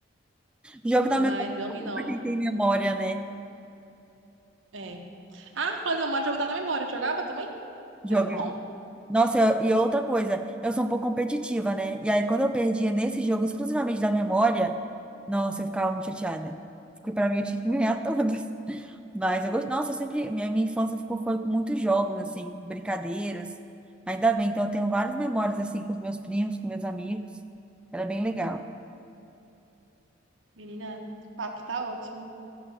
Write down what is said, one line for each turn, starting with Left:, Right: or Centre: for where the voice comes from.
Centre: Jogo
Right: mas
Centre: da memória,
Right: dominó,
Centre: pra quem tem memória, né?
Right: é. Ah, falando de memória, jogo da memória. Tu Jogava também?
Centre: Jogava.
Right: Era bom.
Centre: Nossa, eu- e outra coisa, eu sou um pouco competitiva, né? E aí, quando eu perdia nesse jogo, exclusivamente da memória, nossa, eu ficava muito chateada. Porque pra mim eu tinha que ganhar <laughs> todas. Mas eu gosto. Nossa, eu sempre. Minha, minha infância ficou, foi com muitos jogos, assim, brincadeiras. Ainda bem, então eu tenho várias memórias, assim, com os meus primos, com meus amigos. Era bem legal.
Right: Menina, o papo tá ótimo.